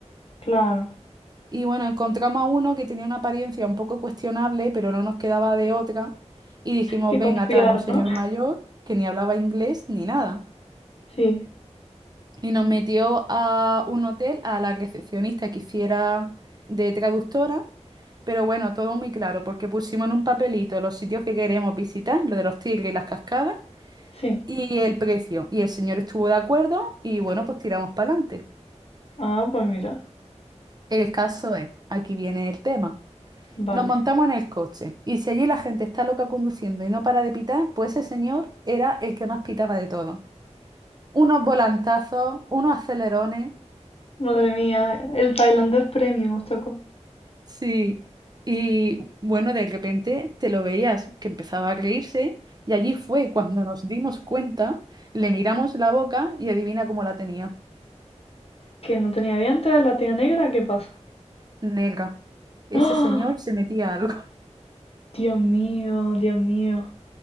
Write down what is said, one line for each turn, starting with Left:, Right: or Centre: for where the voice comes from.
Left: claro.
Right: Y bueno, encontramos a uno que tenía una apariencia un poco cuestionable, pero no nos quedaba de otra. Y dijimos,
Left: Qué
Right: venga,
Left: confiado
Right: tal, un señor
Left: ¿no?
Right: mayor que ni hablaba inglés ni nada.
Left: Sí,
Right: Y nos metió a un hotel a la recepcionista que hiciera de traductora. Pero bueno, todo muy claro, porque pusimos en un papelito los sitios que queremos visitar, lo de los tigres y las cascadas,
Left: sí.
Right: y el precio. Y el señor estuvo de acuerdo y bueno, pues tiramos para adelante.
Left: Ah, pues mira.
Right: El caso es, aquí viene el tema.
Left: Vale.
Right: Nos montamos en el coche y si allí la gente está loca conduciendo y no para de pitar, pues ese señor era el que más pitaba de todo. Unos volantazos, unos acelerones.
Left: Madre mía, el tailandés premium os tocó.
Right: Sí. Y bueno, de repente te lo veías que empezaba a reírse y allí fue cuando nos dimos cuenta, le miramos la boca y adivina cómo la tenía.
Left: Que no tenía dientes, la tía negra, ¿qué pasa?
Right: Negra. Ese
Left: ¡Ah!
Right: señor se metía algo.
Left: Dios mío, Dios mío.